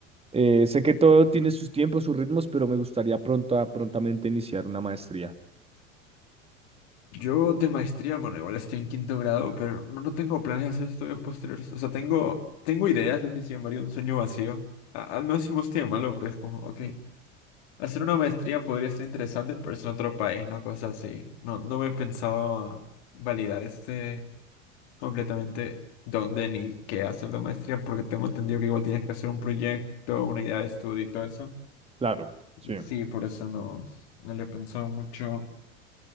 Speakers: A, on the right; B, on the left.
A: eh, sé que todo tiene sus tiempos, sus ritmos, pero me gustaría pronto, prontamente iniciar una maestría.
B: Yo de maestría, bueno, igual estoy en quinto grado, pero no, no tengo planes de hacer estudios posteriores. O sea, tengo, tengo ideas, lo que se llamaría un sueño vacío. A- al menos si me gusta llamarlo, pero es como, ok, hacer una maestría podría ser interesante, pero es en otro país, ¿no? Cosas así. No, no me he pensado validar este completamente dónde ni qué hacer de maestría, porque tengo entendido que igual tienes que hacer un proyecto, una idea de estudio y todo eso.
A: Claro, sí.
B: Sí, por eso no, no le he pensado mucho.